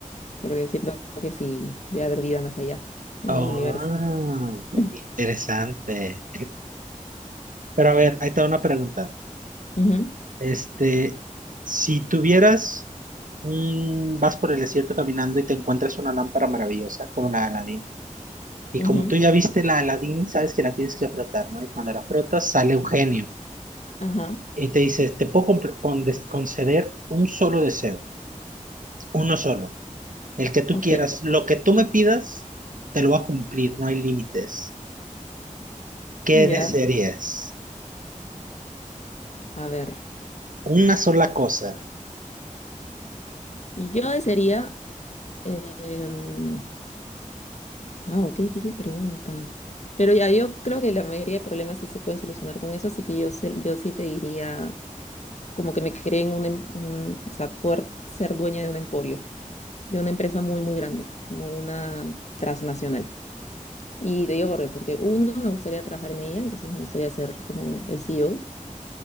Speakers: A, on the left (about 55°); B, on the right (about 75°).
A: porque siento que sí debe haber vida más allá, en
B: Oh,
A: el universo. <laughs>
B: interesante. Pero a ver, ahí te va una pregunta.
A: Ujú,
B: Este, si tuvieras un, vas por el desierto caminando y te encuentras una lámpara maravillosa, como la de Aladín, y
A: ujú,
B: como tú ya viste la de Aladín, sabes que la tienes que frotar, ¿no? Y cuando la frotas, sale un genio
A: Ajá,
B: y te dice, te puedo compre- con- des- conceder un solo deseo, uno solo, el que tú
A: ok,
B: quieras, lo que tú me pidas, te lo va a cumplir, no hay límites. ¿Qué
A: ya,
B: desearías?
A: a ver.
B: Una sola cosa.
A: Y Yo desearía, em, Wow, qué difícil pregunta. Pero ya, yo creo que la mayoría de problemas sí se pueden solucionar con eso, así que yo, se- yo sí pediría como que me creen un, em- un- o sea, poder ser dueña de un emporio, de una empresa muy, muy grande, como una transnacional. Y te digo por qué, porque uno, me gustaría trabajar en ella, entonces me gustaría ser como el CEO.